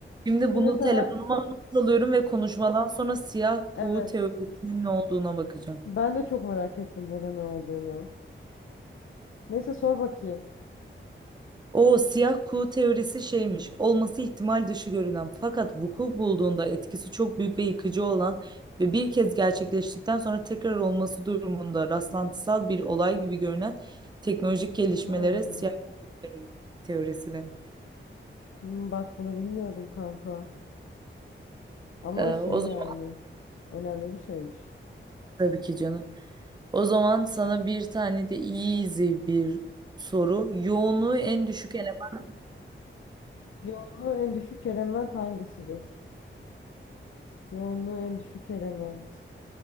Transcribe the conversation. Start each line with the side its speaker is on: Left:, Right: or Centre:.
Right: Şimdi
Left: Şimdi
Right: bunu
Left: mesela
Right: telefonuma not alıyorum ve konuşmadan sonra siyah kuğu
Left: evet.
Right: teorisinin ne olduğuna bakacağım.
Left: Ben de çok merak ettim burada ne olduğunu. Neyse sor bakayım.
Right: O siyah kuğu teorisi şeymiş. Olması ihtimal dışı görünen fakat vuku bulduğunda etkisi çok büyük ve yıkıcı olan ve bir kez gerçekleştikten sonra tekrar olması durumunda rastlantısal bir olay gibi görünen teknolojik gelişmelere
Left: Hmm.
Right: siyah kuğu teorisi denir.
Left: Hmm, Bak bunu bilmiyordum kanka. Ama
Right: Ee,
Left: şey
Right: o zaman
Left: yani önemli bir şeymiş.
Right: tabii ki canım. O zaman sana bir tane de easy bir soru. Yoğunluğu en düşük eleman.
Left: Yoğunluğu en düşük element hangisidir? Yoğunluğu en düşük element.